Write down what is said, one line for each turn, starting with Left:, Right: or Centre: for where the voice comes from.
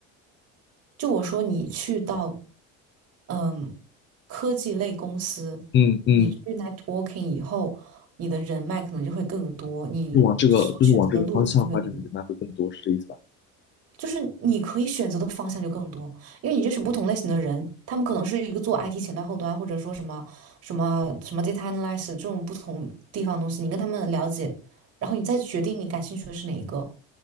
Right: 就我说你去到嗯科技类公司，
Left: 嗯嗯
Right: 你去 networking 以后，你的人脉可能就会更多，你所选择的路径就会更多。
Left: 就往这个就是往这个方向发展的人脉会更多，是这意思吧？
Right: 就是你可以选择的方向就更多，因为你认识不同类型的人，他们可能是一个做 IT 前端、后端，或者说什么什么什么 data analysis 这种不同地方的东西，你跟他们了解，然后你再决定你感兴趣的是哪一个。